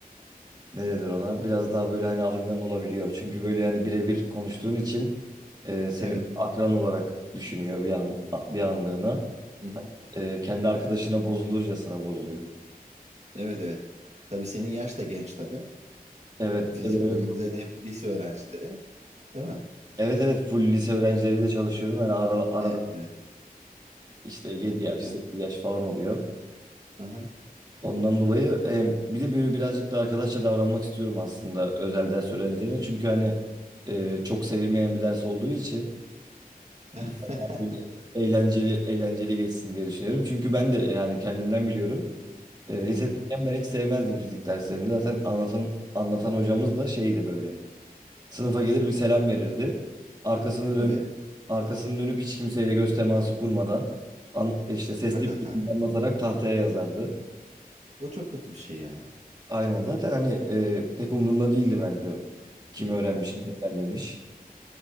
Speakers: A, on the right; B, on the right.
A: Ne denir ona? Biraz daha böyle hani alıngan olabiliyor. Çünkü böyle hani birebir konuştuğun için e, seni
B: evet.
A: bir akran olarak düşünüyor bir an bir anlığına.
B: Hı hı.
A: E, kendi arkadaşına bozulurcasına bozuluyor.
B: Evet evet. Tabii senin yaş da genç tabii.
A: Evet,
B: E, fizik
A: bir de böyle,
B: öğrencileri de hep lise öğrencileri. Değil mi?
A: evet evet full lise öğrencileriyle çalışıyorum. Yani ara, ara,
B: E, evet.
A: İşte 7 yaş,
B: Evet.
A: 8 yaş falan oluyor.
B: Aha.
A: Ondan dolayı e, bir de böyle birazcık da arkadaşça davranmak istiyorum aslında özel ders öğrencilerine. Çünkü hani e, çok sevilmeyen bir ders olduğu için
B: <laughs>
A: biraz daha böyle eğlenceli eğlenceli geçsin diye düşünüyorum. Çünkü ben de yani kendimden biliyorum. E, lisedeyken
B: Evet.
A: ben hiç sevmezdim fizik derslerini. Zaten anlatan anlatan hocamız da şeydi böyle. Sınıfa gelir bir selam verirdi. Arkasını
B: Evet.
A: dönüp arkasını dönüp hiç kimseyle göz teması kurmadan an, işte sesli
B: Tak tak
A: bir
B: tak.
A: şekilde
B: tak.
A: anlatarak tahtaya yazardı.
B: O çok kötü bir şey ya.
A: Aynen zaten hani e, pek umurunda değildi bence o. Kim öğrenmiş,
B: Hı hı.
A: kim öğrenmemiş.